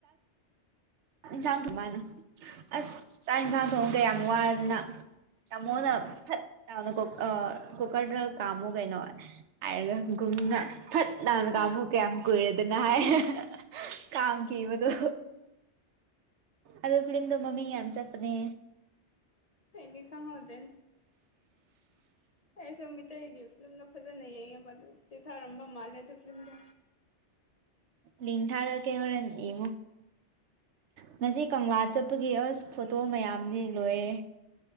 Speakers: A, on the right; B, on the left.
A: ꯌꯦꯟꯁꯥꯡ ꯊꯣꯡ ꯃꯥꯅ ꯑꯁ ꯆꯥꯛ ꯌꯦꯟꯁꯥꯡ ꯊꯣꯡꯁꯦ ꯀꯌꯥꯝ ꯋꯥꯔꯗꯅ ꯇꯤꯝꯃꯣꯅ ꯐꯠ ꯂꯥꯎꯅ ꯑꯥ ꯀꯣꯀꯔꯗ ꯀꯥꯝꯃꯨ ꯀꯩꯅꯣ ꯍꯥꯏꯔꯒ ꯒꯨꯝꯅ ꯐꯠ ꯂꯥꯎꯅ ꯀꯥꯝꯕꯨꯨ
B: ꯑꯥ
A: ꯀꯌꯥꯝ ꯀꯨꯏꯔꯦꯗꯅ ꯍꯥꯏ <unintelligible> ꯀꯥꯝ ꯈꯤꯕꯗꯣ ꯑꯗꯣ ꯐ꯭ꯂꯤꯝꯗꯣ ꯃꯃꯤꯡ ꯌꯥꯝ ꯆꯠꯄꯅꯦ
B: ꯑꯩꯗꯤ ꯈꯪꯍꯧꯗ꯭ꯔꯦ ꯑꯩꯁꯨ ꯃꯤꯇꯩꯒꯤ ꯐꯤꯂꯝꯗꯣ ꯐꯖꯅ ꯌꯦꯡꯉꯦꯕ ꯑꯗꯨ ꯆꯤꯊꯔꯝꯕ ꯃꯥꯜꯂꯦ ꯑꯗꯨ ꯐꯤꯂꯝꯗꯣ
A: ꯂꯤꯡ ꯊꯥꯔꯛꯀꯦ ꯍꯨꯔꯦꯟ ꯌꯦꯡꯉꯣ ꯉꯁꯤ ꯀꯪꯂꯥ ꯆꯠꯄꯒꯤ ꯑꯁ ꯐꯣꯇꯣ ꯃꯌꯥꯝꯗꯤ ꯂꯣꯏꯔꯦ